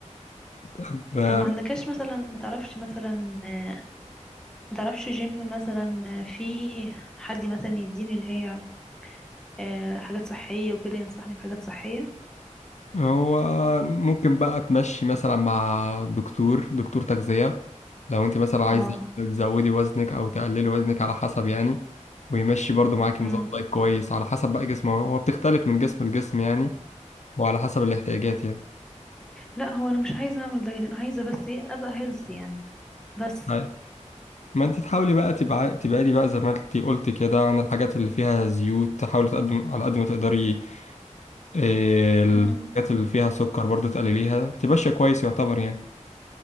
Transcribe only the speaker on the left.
<laughs> ده
هو ممكن بقى تمشي مثلا مع دكتور دكتور تغذية لو انت مثلا عايزة
تزودي وزنك او تقللي وزنك على حسب يعني ويمشي برضو معاكي
نظام دايت كويس على حسب بقى جسمه هو بتختلف من جسم لجسم يعني وعلى حسب الاحتياجات يعني
هاي. ما انت تحاولي بقى تبع- تبعدي بقى زي ما انت قلت كده عن الحاجات اللي فيها زيوت تحاولي تقدم على قد ما تقدري اه، الحاجات
اللي فيها سكر برضو تقلليها تبقى ماشية كويس يعتبر يعني